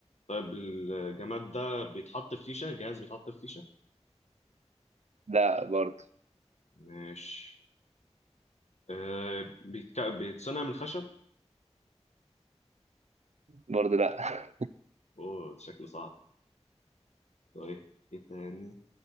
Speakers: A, on the left; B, on the right.
A: طيب الجماد ده بيتحط في فيشة جهاز بيتحط في فيشة
B: لا برضه
A: ماشي آه، بيتك... بيتصنع من الخشب
B: برضه لا
A: اوه شكله صعب طيب ايه تاني